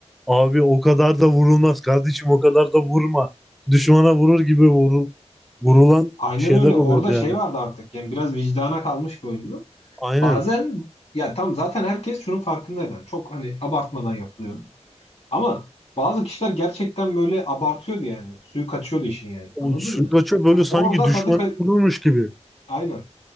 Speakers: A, in the centre; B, on the left.
A: Abi o kadar da vurulmaz kardeşim o kadar da vurma. Düşmana vurur gibi vuru- vurulan
B: aynen
A: şeyler
B: öyle.
A: oluyordu
B: Orada
A: yani.
B: şey vardı artık. Yani biraz vicdana kalmış bir oyundu.
A: Aynen.
B: Bazen ya tam zaten herkes şunun farkındaydı. Yani çok hani abartmadan yapılıyor. Ama bazı kişiler gerçekten böyle abartıyordu yani. Suyu kaçıyordu işin yani.
A: O
B: Anladın
A: Suygaç'a
B: mı?
A: böyle
B: Hani
A: sanki
B: orada
A: düşman
B: tadı ka-
A: vurulmuş gibi.
B: aynen.